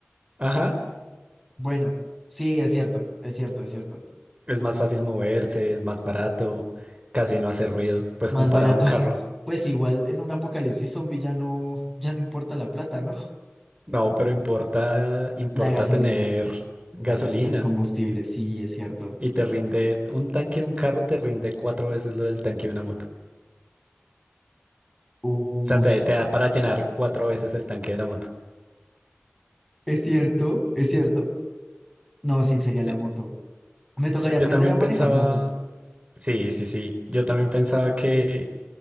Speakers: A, on the right; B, in the centre.
A: Ajá,
B: Bueno, sí, es cierto, es cierto, es cierto.
A: es más fácil moverse, es más barato, casi no hace ruido, pues
B: Más
A: comparado
B: barato.
A: a un carro.
B: <laughs> Pues igual en un apocalipsis zombie ya no, ya no importa la plata, ¿no?
A: No, pero importa, importa
B: La gasolina,
A: tener
B: gasolina,
A: gasolina
B: combustible, sí, es cierto.
A: y te rinde, un tanque de un carro te rinde cuatro veces lo del tanque de una moto.
B: Uy,
A: O sea, te, te da para llenar cuatro veces el tanque de la moto.
B: es cierto, es cierto. No, sí, sería
A: Di-
B: la moto. Me tocaría
A: Yo
B: aprender
A: también
B: a
A: pensaba,
B: manejar moto.
A: sí, sí, sí, yo también pensaba que